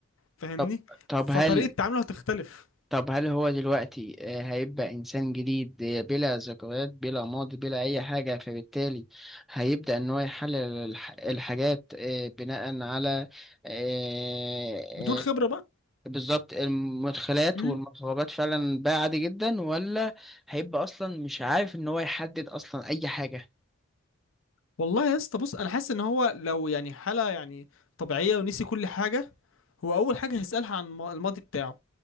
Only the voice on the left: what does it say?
فاهمني
فطريقة
تعامله هتختلف
بدون خبرة بقى
مم.
والله يا اسطى بص انا حاسس ان هو لو يعني حالة يعني طبيعية ونسي كل حاجة هو اول حاجة هيسألها عن الم- الماضي بتاعه